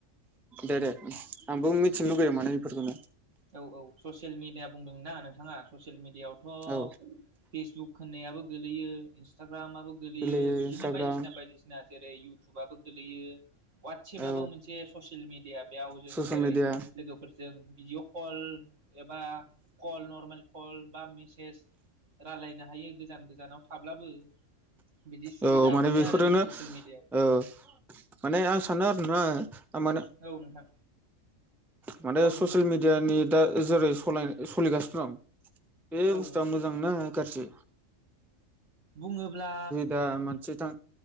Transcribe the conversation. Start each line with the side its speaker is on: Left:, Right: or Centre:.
Centre: दे दे आंबो मिथिनो लुगैयो माने फोरखौनो।
Right: औ औ ससियेल मिडिया बुंदोंना नोंथाङा ससियेल मिडियाआवथ'
Centre: औ
Right: फेसबुक होननायाबो गोलैयो इन्सटा ग्रामाबो गोलैयो
Centre: गोरलैयो
Right: बिदिनो
Centre: इन्सटाग्राम
Right: बायदिसिना बायदिसिना जेरै इउ थुबाबो गोलैयो वाटसेबाबो
Centre: औ
Right: मोनसे ससियेल मिडिया बेयाव जों
Centre: ससियेल
Right: जेरै
Centre: मिडिया
Right: लोगोफोरजों बिय' कल एबा कल नरमेल कल बा मिसेज रायलायनो हायो गोजान गोजानाव थाब्लाबो बिदि सुबिदा
Centre: औ माने
Right: मोनो
Centre: बेफोरो
Right: आरो जों ससियेल मिडियायाव
Centre: औ माने आं सानो आरो ना आ माना
Right: औ नोंथां
Centre: माने
Right: औ नोंथां
Centre: ससियेल मेडियानि दा जेरै सलाय सलिगासिनो दं बे
Right: औ
Centre: बुस्थुआ
Right: नोंथां
Centre: मोजांना गारसे
Right: बुङोब्ला
Centre: दा मोनसे था